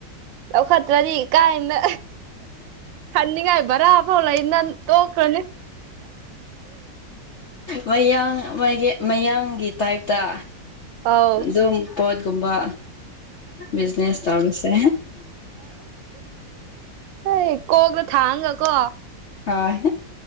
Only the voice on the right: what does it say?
ꯂꯧꯈꯠꯇ꯭ꯔꯥꯗꯤ ꯀꯥꯏꯅ ꯍꯟꯅꯤꯡꯉꯥꯏ ꯚꯔꯥꯐꯥꯎ ꯂꯩꯅꯟ ꯇꯣꯛꯈ꯭ꯔꯥꯅꯤ
ꯑꯧ
ꯍꯣꯏ ꯀꯣꯛꯇꯥ ꯊꯥꯡꯉꯒꯀꯣ